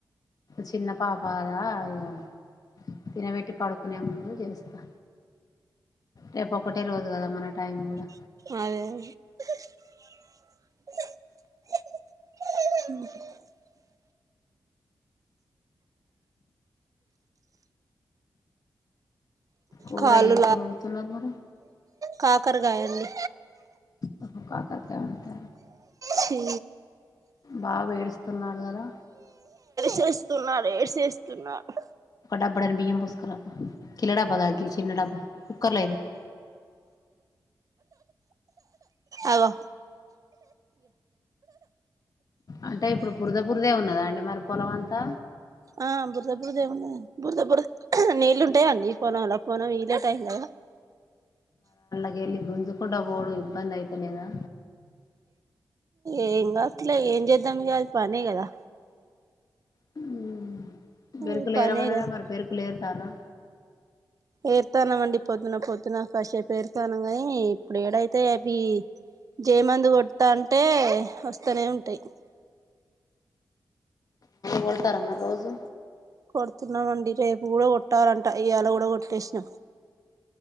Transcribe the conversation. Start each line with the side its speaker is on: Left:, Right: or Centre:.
Left: ఒక చిన్న పాప కద అయ్యా తినబెట్టి పడుకునే ముందు చేస్తా రేపు ఒకటే రోజు కదా మన టైమ్గా
Right: అ
Left: కూర
Right: కాళ్ళు
Left: ఏం కూరంటతున్నా మరి
Right: కాకరగాయని
Left: ఓహ కాక తారు
Right: ఛీ
Left: బాగా వేడుస్తున్నారు కదా
Right: చేస్తున్నారు ఏసస్తున్నారు
Left: డబ్బడన బ ముస్త కిలడ బగా ఆగి చిన్న డబ్బా కుక్కర్లో ఇది
Right: అవ
Left: అంటే ఇప్పుడు పురుదపుురిదే ఉన్నదా అండి మరి పొలం అంతా
Right: ఆ బురదపుురద ఏముండ బురదపుుర్ నీళ్ళలు ఉంటాయా అండి పోనం అలా పోన వీ లేట్ అయింద
Left: అ ఎలి గుంజుకుడా బోడు ఇబ్బంది అఐతలే అదా
Right: ఏం కా అట్లే ఏం చేద్దాం అల పనే కదా
Left: హ పెరుకు
Right: అది
Left: లే
Right: పనే
Left: ఏరవానాడం
Right: కదా
Left: మరి పెరుకులేరుతానా
Right: ఏరుతానం అండి పొద్దున పొద్దున కాస్సేపు ఏరుతానుం కానీ ఇప్పుడు ఏడైతే అవి జయమందు కొడతా అంటే వస్తూనే ఉంటాయి
Left: పోలుతారా మరి రోజు
Right: కొడుతున్నామండి రేపు కూడాడ కొట్టాలంటే ఇయాలా కూడా కొట్టేసిన